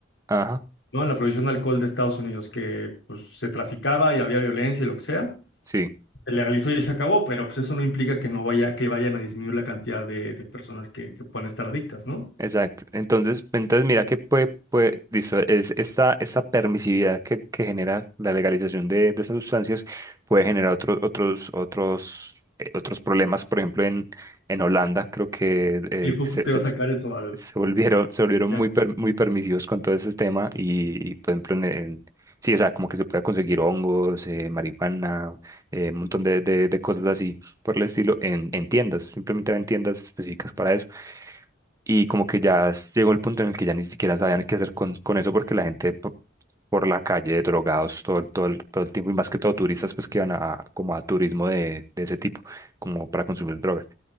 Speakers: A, on the right (about 20°); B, on the left (about 70°).
A: Ajá,
B: ¿no? La prohibición de alcohol de Estados Unidos, que pues se traficaba y había violencia y lo que sea.
A: sí,
B: Se legalizó y se acabó, pero pues eso no implica que no vaya, que vayan a disminuir la cantidad de, de personas que, que puedan estar adictas, ¿no?
A: exacto. Entonces, entonces mira que puede, puede, listo, es esta, esta permisividad que, que genera la legalización de, de estas sustancias puede generar otros, otros, otros, eh, otros problemas. Por ejemplo, en, en Holanda creo que eh,
B: Y justo
A: se,
B: te
A: se-
B: va a sacar
A: se-
B: eso al...
A: se volvieron, se volvieron
B: ya
A: muy,
B: no.
A: per- muy permisivos con todo ese tema y, y, por ejemplo, en, en- sí, o sea, como que se puede conseguir hongos, eh, marihuana, eh, un montón de, de, de cosas así por el estilo en, en tiendas, simplemente en tiendas específicas para eso. Y como que ya s- llegó el punto en el que ya ni siquiera sabían qué hacer con, con eso porque la gente po- por la calle, drogados todo, el- todo, el, todo el tiempo y más que todo turistas pues que iban a como a turismo de, de ese tipo, como para consumir drogas.